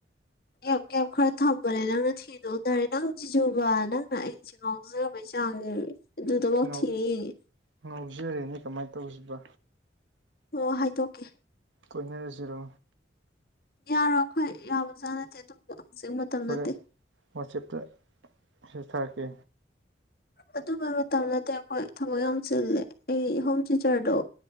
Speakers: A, on the left (about 50°); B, on the right (about 80°).
A: ꯒꯦꯞ ꯒꯦꯞ ꯈꯔ ꯊꯝꯕꯅꯦ ꯅꯪꯅ ꯊꯤꯗꯣꯛꯎꯅꯔꯦ ꯅꯪ ꯖꯤꯖꯨꯕ ꯅꯪꯅ ꯑꯩ ꯉꯥꯎꯗꯖꯕꯩ ꯆꯥꯡꯉꯦꯕ ꯑꯗꯨꯗꯐꯥꯎ
B: ꯉꯥꯎ
A: ꯊꯤꯔꯤꯅꯦ
B: ꯉꯥꯎꯖꯔꯦꯅꯦ ꯀꯃꯥꯏꯅ ꯇꯧꯁꯤꯕ
A: ꯑꯣ ꯍꯥꯏꯗꯣꯛꯀꯦ
B: ꯀꯣꯏꯅꯔꯁꯤꯔꯣ
A: ꯌꯥꯔꯣ ꯑꯩꯈꯣꯏ ꯌꯥꯕꯖꯥꯅꯠꯇꯦ ꯑꯗꯨꯝ ꯍꯧꯖꯤꯛ ꯃꯇꯝ
B: ꯍꯣꯔꯦꯟ
A: ꯅꯠꯇꯦ
B: ꯋꯥꯆꯦꯞꯇ ꯍ ꯊꯥꯔꯛꯀꯦ
A: ꯑꯗꯨꯝꯕ ꯃꯇꯝ ꯅꯠꯇꯦ ꯑꯩꯈꯣꯏ ꯊꯕꯛ ꯌꯥꯝ ꯆꯤꯜꯂꯦ ꯑꯩ ꯍꯣꯝ ꯇꯤꯆꯔꯗꯣ